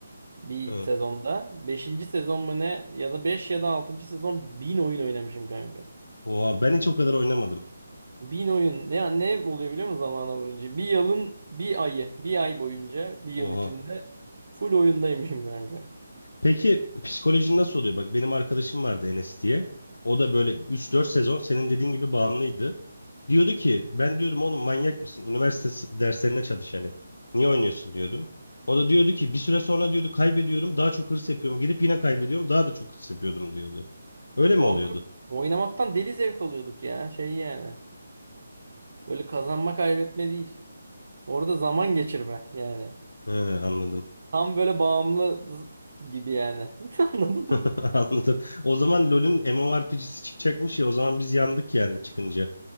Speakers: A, on the right; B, on the left.
A: bir
B: Hı.
A: sezonda. Beşinci sezon mu ne ya da 5 ya da altıncı sezon bin oyun oynamışım kanka.
B: Oha ben hiç o kadar oynamadım.
A: Bin oyun ne ne oluyor biliyor musun zamana vurunca? Bir yılın bir ayı, bir ay boyunca bir yıl
B: Oha.
A: içinde full oyundaymışım kanka.
B: Peki psikolojin nasıl oluyor? Bak benim arkadaşım vardı Enes diye. O da böyle üç dört sezon senin dediğin gibi bağımlıydı. Diyordu ki ben diyorum oğlum manyak mısın? Üniversite s- derslerine çalış hani. Niye oynuyorsun diyordum. O da diyordu ki bir süre sonra diyordu kaybediyorum daha çok hırs yapıyorum. Girip yine kaybediyorum daha da çok hırs yapıyordum diyordu. Öyle mi
A: Kanka
B: oluyordu?
A: oynamaktan deli zevk alıyorduk ya şey yani. Böyle kazanma kaybetme değil. Orada zaman geçirme yani.
B: He, anladım.
A: Tam böyle bağımlı z- gibi yani. <laughs> Anladın
B: <laughs>
A: mı?
B: Anladım. O zaman LoL'ün MMORPG'si çıkacakmış ya o zaman biz yandık yani çıkınca.